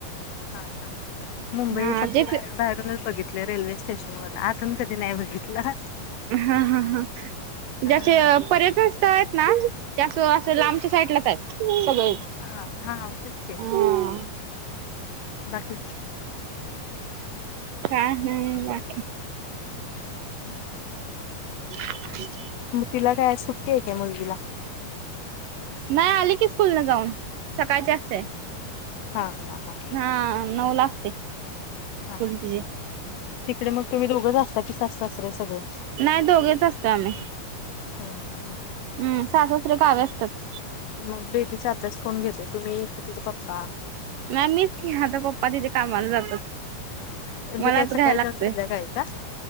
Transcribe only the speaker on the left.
हा हा मुंबई
फक्त
बा बाहेरूनच बघितलं रेल्वेस स्टेशन वरनं अजून कधी नाही बघितलं.
हा
हां हां हांव तेच ते,
बाकी
<inaudible>
म तिला काय आज सुट्टी आहे काय मुलगीला?
हां हा हा.
हा हा
हा, तिकडे मग तुम्ही दोघंच असता की, सासु सासरे सगळे?
हं हं हं.
मग बेबीचा अभ्यास कोण घेते, तुम्ही की तिचे पप्पा?
म्हणजे
काय सकाळी
जाऊन संध्याकाळी का?